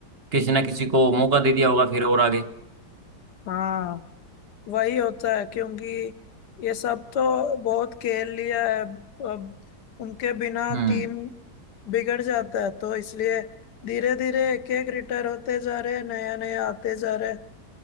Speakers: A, on the right (about 45°); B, on the left (about 60°).
A: किसी ना किसी को मौका दे दिया होगा फिर और आगे
B: हाँ वही होता है क्योंकि ये सब तो बहुत खेल लिया है अब उनके बिना
A: हम्म
B: टीम बिगड़ जाता है तो इसलिए धीरे धीरे एक एक रिटायर होते जा रहे हैं नया नया आते जा रहे हैं